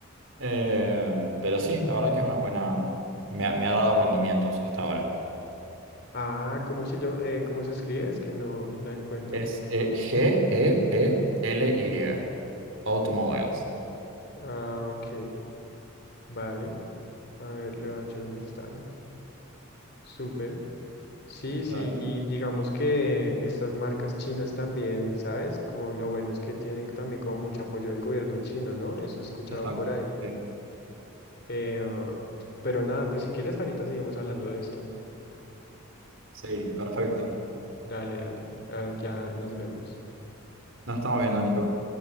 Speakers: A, on the right; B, on the left.
A: Eh, pero sí, la verdad que es una buena, me ha me ha dado rendimientos hasta ahora.
B: Ah, ¿cómo se llama? Eh, ¿cómo se escribe? Es que no la encuentro.
A: Es eh, G-E-E-L-Y. Automobiles.
B: Ah, ok. Vale. A ver, le voy a echar un vistazo. Súper. Sí, sí,
A: Dale,
B: y digamos que estas marcas chinas también, ¿sabes? Como lo bueno es que tienen también como mucho apoyo del gobierno chino, ¿no? Eso he escuchado
A: exacto.
B: por ahí.
A: Sí,
B: Eh, ah, pero nada, pues si quieres ahorita seguimos hablando de esto.
A: sí, perfecto.
B: Dale, dale. ah, ya nos vemos.
A: Nos estamos viendo, Nico.